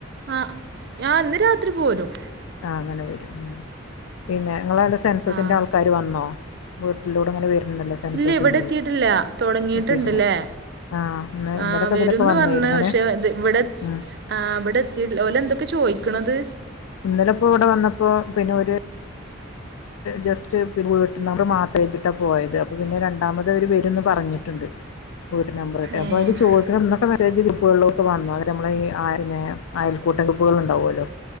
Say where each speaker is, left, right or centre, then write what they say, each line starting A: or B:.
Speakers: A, on the right; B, on the left.
A: ആഹ് ഞാൻ ന്ന് രാത്രി പോരും
B: ആഹ് അങ്ങനെ വരും പിന്നെ നിങ്ങളെ അവടെ സെൻസസിന്റെ
A: ആഹ്
B: ആൾക്കാര് വന്നോ വീട്ടിലൂടെ അങ്ങനെ വരുന്നല്ലോ സെൻസസിൻ്റെ
A: ഇല്ല ഇവിടെ എത്തിട്ടില്ല തുടങ്ങിട്ടുണ്ട്‌ല്ലേ
B: എത്തിയിരുന്ന് ആഹ് ഇന്നലൊക്കെ
A: ആഹ് വരുംന്ന്
B: ഇതിലൊക്കെ വന്നായിരുന്നല്ലേ
A: പർഞ് പക്ഷെ ഇത് ഇവിടെ
B: ഉം
A: ആഹ് വെടെ എത്തിട്‌ല ഓലെ എന്തൊക്കെ ചോയ്ക്കണത്
B: ഇന്നലെ ഇപ്പോ ഇവിടെ വന്നപ്പോ പിന്നെ ഒരു ജസ്റ്റ്‌ വീട്ടിൽ നമ്മൾ മാട്ട് എഴ്തിട്ടാണ് പോയത് അപ്പൾ പിന്നെ രണ്ടാമത് അവർ വരും ന്ന് പറഞ്ഞിട്ടുണ്ട് പോയിട്ട് നമ്പർട്ട അപ്പൊ
A: ഏഹ്
B: അത് ചോയ്ക്ണന്നാ ഇപ്പൊ മെസ്സേജ് ഗ്രപ്പുകളിലൊക്കെ വന്നു അന്നെര നമ്മളെ ഈ ആര്ന്നെ അയൽക്കൂട്ട ഗ്രൂപ്പുകൾ ഉണ്ടാവുല്ലോ